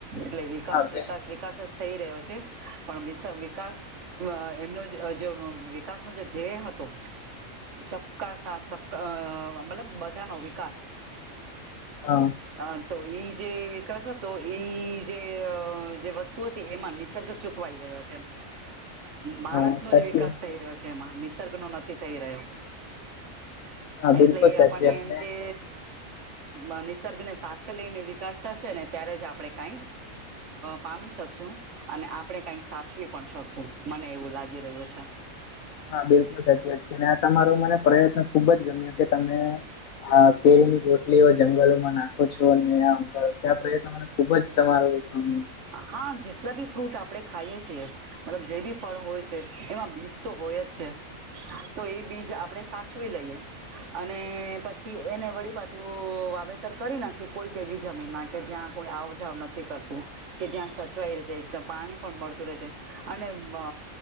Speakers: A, on the right (about 60°); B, on the left (about 80°).
A: એટલે વિકાસ
B: હા બે
A: વિકાસ વિકાસ જ થઈ રહ્યો છે પણ વિકાસ એમનો જે વિકાસ ન જે ધ્યેય હતો સબકા સાથ સબકા અ મતલબ બધાનો વિકાસ
B: હા.
A: હ તો ઈ જે વિકાસ હતો ઈ જે વસ્તુ હતી એમાં નિસર્ગ ચુકવાઈ ગયો છે માણસનો
B: હા સાચી
A: જ વિકાસ
B: વાત
A: થઈ રહ્યો છે. જેમાં નિસર્ગ નો નથી થઈ રહ્યો
B: હા બિલકુલ
A: એટલે
B: સાચી
A: આપણને
B: વાત
A: એમ
B: ને
A: કે અ નિસર્ગ ને સાથે લઈને વિકાસ થશે ને ત્યારે જ આપણે કઈ પામી શકશું અને આપણે કઈક સાચવી પણ શકશું મને એવું લાગી રહ્યું છે.
B: હા બિલકુલ સાચી વાત છે અને આ તમારો મને પ્રયત્ન ખુબ જ ગમ્યો કે તમે હ કેરીની ગોટલીઓ જંગલોમાં નાખો છો અને આ ઉગાડો છો આ પ્રયત્ન ખુબ જ તમારો ગમ્યું
A: હા જેટલા બી ફ્રૂટ આપણે ખાઈએ છીએ મતલબ જે બી ફળ હોય છે એમાં બીજ તો હોય જ છે. તો એ બીજ આપડે સાચવી લઈએ અને પ પછી એને વળી પાછું વાવેતર કરી નાખી કોઈક એવી જમીન માટે કે જ્યાં કોઈ આવજાવ નથી કરતું. કે જ્યાં સચવાઈ રહે છે એકદમ પાણી પણ મળતું રહે છે અને અ